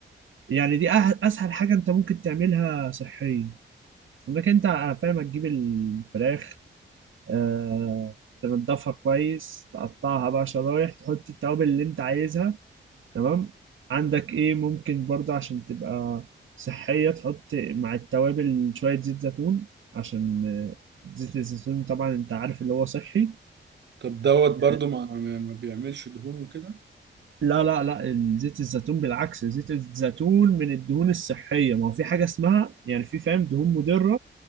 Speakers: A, on the right (about 80°); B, on the right (about 60°).
A: يعني دي أه- اسهل حاجه انت ممكن تعملها صحيا انك انت آه، فاهم تجيب الفراخ آه، تنضفها كويس تقطعها بقى شرايح تحط التوابل اللي انت عايزها تمام عندك ايه ممكن برضه عشان تبقى صحية تحط مع التوابل شوية زيت زيتون عشان آه، زيت الزيتون طبعا انت عارف اللي هو صحي
B: طب دوت
A: آه،
B: برضو ما, ما بيعملش دهون وكده
A: لا لا لا زيت الزيتون بالعكس زيت الزيتون من الدهون الصحية ما هو في حاجة اسمها يعني في فاهم دهون مضرة